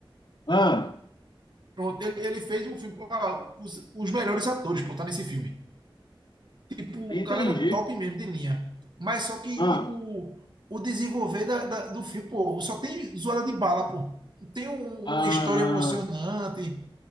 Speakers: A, on the left; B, on the right.
A: Ah,
B: Pronto, ele, ele fez um filme. pô, ah, os, os melhores atores, pô, tá nesse filme. Tipo,
A: entendi.
B: galera top mesmo de linha. Mas só que,
A: Ah,
B: tipo, o desenvolver da, da- do filme, pô, só tem zoada de bala, pô. Não tem um-
A: ah,
B: uma história emocionante,